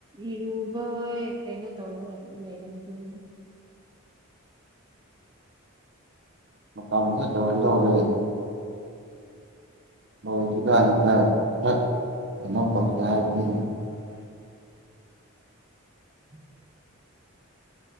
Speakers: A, on the right; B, on the right.
A: ꯏꯔꯨꯕ ꯀꯩꯅꯣ ꯇꯧ ꯂꯩꯔꯝꯗꯅꯤ
B: ꯃꯥ ꯂꯣ ꯑꯣꯏꯗꯧꯕꯦ ꯃꯧꯇ
A: ꯎꯝ
B: ꯑ ꯄ
A: <inaudible>